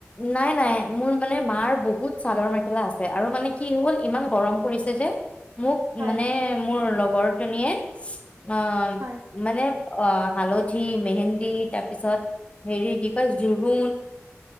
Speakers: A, on the left; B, on the right.
A: নাই নাই মোৰ মানে মাৰ বহুত চাদৰ মেখেলা আছে আৰু মানে কি হ'ল ইমান গৰম পৰিছে। যে মোক
B: হয়,
A: মানে
B: হয়,
A: মোৰ লগৰ জনীয়ে অঁ
B: হয়,
A: মানে- অ হালধি, মেহেন্দি তাৰপিছত হেৰি কি কয় জোৰোণ